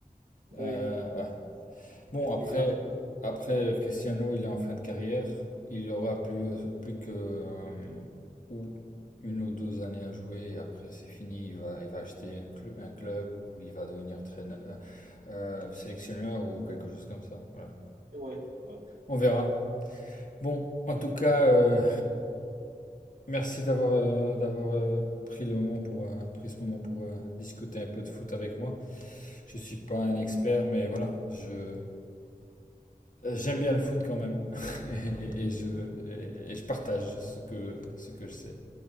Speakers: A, on the left; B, on the right.
A: Euh,
B: Oui,
A: ouais. Bon,
B: l'intelligence
A: après,
B: du jeu.
A: après Cristiano, il est en fin de carrière. Il aura plus, euh, plus que euh, ou une ou deux années à jouer. Et après, c'est fini. Il va, il va acheter un, clu- un club ou il va devenir traîneur, euh, euh, sélectionneur ou quelque chose comme ça. Voilà.
B: Et ouais, ouais.
A: On verra. Bon, en tout cas, euh, merci d'avoir euh, d'avoir euh, pris le moment pour euh, pris ce moment pour euh, discuter un peu de foot avec moi. Je suis pas un expert, mais voilà, je Euh, J'aime bien le foot quand même. <laughs> et, et je,
B: Mhm.
A: et, et je partage ce que, ce que je sais.